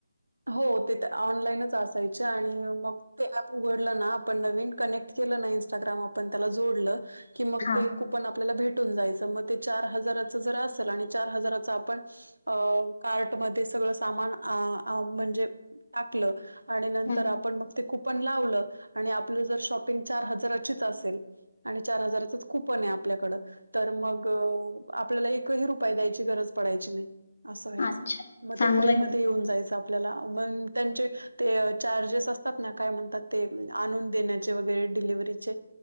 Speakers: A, on the right; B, on the left.
A: हो तिथं ऑनलाईनच असायचे आणि मग ते ऍप उघडलं ना आपण नवीन कनेक्ट केलं नाही इंस्टाग्राम आपण त्याला जोडलं कि मग
B: हा
A: ते कूपन आपल्याला भेटून जायचं मग ते चार हजाराचं जर असल आणि चार हजाराचं आपण अ कार्टमध्ये सगळं सामान आ आ म्हणजे टाकलं. आणि नंतर
B: हम्म.
A: आपण मग ते कूपन लावलं आणि आपलं जर शॉपिंग चार हजाराचीच असेल आणि चार हजाराचंच कूपन ने आपल्याकडं तर मग आपल्याला एकही रुपाय द्यायची गरज पडायची नाही. अस व्हायचं
B: अच्छा
A: मग
B: चांगलं
A: ते फ्री
B: आहे
A: म ध्ये येऊन जायच आपल्याला मग त्यांचे ते चार्जेस असतात ना काय म्हणतात ते आणून देण्याचे वगैरे डिलिव्हरीचे